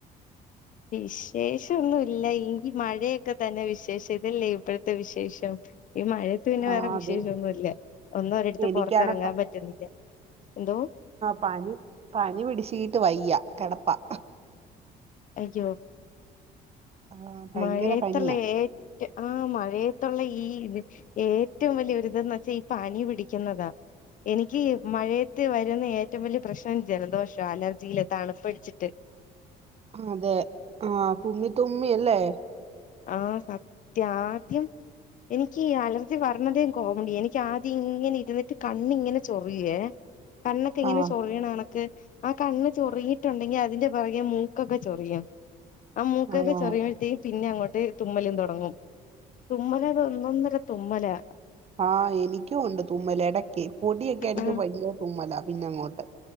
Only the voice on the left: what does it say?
വിശേഷം ഒന്നുവില്ല എങ്കി മഴയൊക്കെ തന്നെ വിശേഷം ഇതല്ലേ ഇപ്പോഴത്തെ വിശേഷം ഈ മഴത്ത് പിന്നെ
വേറെ
വിശേഷന്നുല്ല ഒന്നും ഒരിടത്ത്
പൊറത്തിറങ്ങാൻ
പറ്റുന്നില്ല എന്തോ
അയ്യോ
മഴയത്തല്ലേ
ഏറ്റ് ആ മഴയ ത്തോള്ള ഈ ഏറ്റോം വല്യ ഒരിതന്ന് വച്ചാ ഈ പനി പിടിക്കുന്നതാ എനിക്ക് ഈ മഴയത്ത് വരുന്ന ഏറ്റോം വല്യ പ്രശ്നം ജലദോഷാ അലർജീല് തണുപ്പടിച്ചിട്ട്
ആ സത്യ ആദ്യം എനിയ്ക്കീ അലർജി വരണതേം കോമഡി എനിക്ക് ആദ്യം ഇങ്ങനെ ഇരുന്നിട്ട് കണ്ണിങ്ങനെ ചൊറിയേ കണ്ണൊക്കെ ഇങ്ങനെ
ചൊറിയണ ക്ക് ആ കണ്ണ് ചൊറഞ്ഞിട്ടുണ്ടെങ്കി അതിന്റെ പൊറകെ മൂക്കൊക്കെ ചൊറിയും ആ മൂക്കൊക്കെ
ചൊ പിന്നെ അങ്ങോട്ട് തുമ്മലും തൊടങ്ങും തുമ്മലത് ഒന്നൊന്നര തുമ്മലാ
ആഹ്